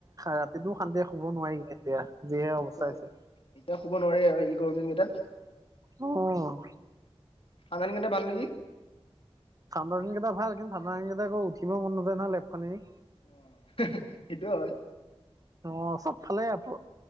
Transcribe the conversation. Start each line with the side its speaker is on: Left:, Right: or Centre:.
Right: ৰাতিটোও শান্তিয়ে শুব নোৱাৰি। এতিয়া যিহে
Left: এতিয়া
Right: অৱস্থা
Left: নোৱাৰি
Right: হৈছে
Left: এতিয়া শুব নোৱাৰি আৰু এই গৰম দিন কেইটাত।
Right: উম।
Left: আধানী কেনে ভাল নেকি?
Right: ঠাণ্ডাৰ দিন কেইটা ভাল কিন্তু ঠাণ্ডা দিন কেইটা আকৌ উঠিব মন নাযায় নহয় লেপখন এৰি।
Left: অ', সেইটোৱ হয়।
Right: অ', চাপফালে আপদ।